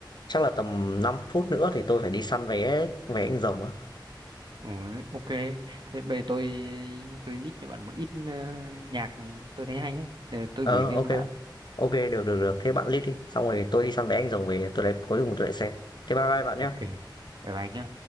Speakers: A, on the left; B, on the right.
A: chắc là tầm 5 phút nữa thì tôi phải đi săn vé vé anh rồng á.
B: Ừ, ok thế bây giờ tôi tôi list cho bạn một ít ờ, nhạc tôi thấy hay nhé Ờ, tôi
A: Ờ
B: gửi riêng
A: ok,
B: cho bạn
A: ok được được được, thế bạn list đi, xong rồi tôi đi săn vé anh rồng về tôi lại cuối cùng tôi lại xem. Thế bye bye bạn nhé.
B: ok bye bye nhé